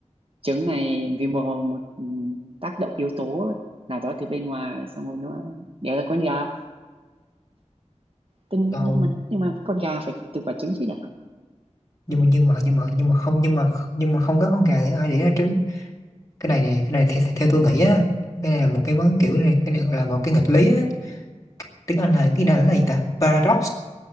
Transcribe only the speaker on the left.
đâu
nhưng mà nhưng mà nhưng mà nhưng mà không nhưng mà nhưng mà không có con gà thì ai để ra trứng cái này nè cái này theo, theo tôi nghĩ á cái này là một cái vấn kiểu này cái này gọi là một cái nghịch lý á. tiếng Anh là cái này là gì ta paradox